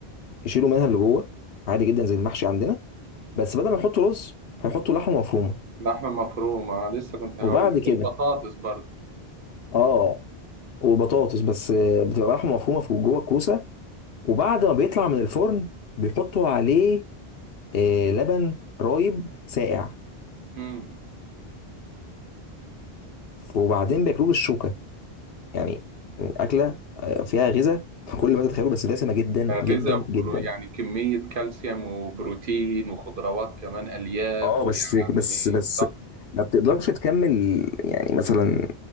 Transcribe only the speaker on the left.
يشيلوا منها اللي جوه عادي جدا زي المحشي عندنا بس بدل ما يحطوا رز هيحطوا لحمه مفرومه
وبعد
كده
اه وبطاطس بس آه، بتبقى لحمه مفرومه في جوه الكوسه وبعد ما بيطلع من الفرن بيحطوا عليه آه، لبن رايب ساقع
وبعدين بياكلوه بالشوكه يعني اكله آه، فيها غذاء <laughs> في كل ما تتخيله بس دسمه جدا
جدا
جدا
اه
بس بس بس ما بتقدرش تكمل يعني مثلا